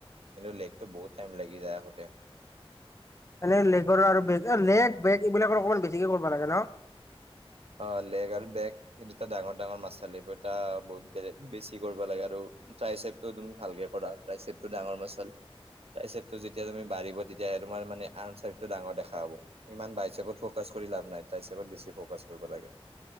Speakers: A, on the right (about 80°); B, on the left (about 30°).
A: কিন্তু লেকতটো বহুত টাইম লাগি যায় আহোতে।
B: এনে লেগৰ আৰু বেগ লেগ বেগ এইবিলাক অকমান বেছিকে কৰিব লাগে ন?
A: অ' লেগ আৰু বেক। এইটো এটা ডাঙৰ ডাঙৰ মাছ চাল এইিবোৰ এটা বহুত বে বেছি কৰিব লাগে আৰু ট্ৰাইচেপছটো তুমি ভালকে কৰা? ট্ৰাইচেপছটো ডাঙৰ মাসল ট্ৰাইচেপছটো যেতিয়া, তোমাৰ বাঢ়িব, তেতিয়া তোমাৰ মানে, আৰ্মচাইজটো ডাঙৰ দেখা হ'ব। ইমান বাইচেপত ফকাচ কৰি লাভ নাই। ট্ৰাইচেপত বেছি ফকাচ কৰিব লাগে।